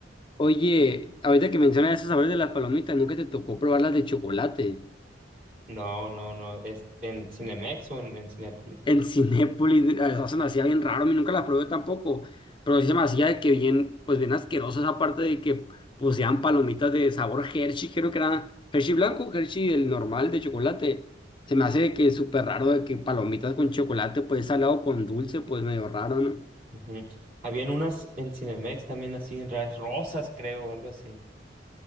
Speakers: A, on the left; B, on the right.
A: Oye, ahorita que mencionas esos sabores de las palomitas, ¿nunca te tocó probar las de chocolate?
B: No, no, no. Es en Cinemex o en, en Cinépolis.
A: en Cinépolis, a veces se me hacía bien raro, a mí nunca la probé tampoco, pero sí se me hacía de que bien, pues bien asquerosa esa parte de que poseían palomitas de sabor Hershey, creo que era Hershey blanco, Hershey el normal de chocolate. Se me hace de que súper raro de que palomitas con chocolate, pues salado con dulce, pues medio raro, ¿no?
B: Ujú. Habían unas en Cinemex también así en raras, rosas creo o algo así.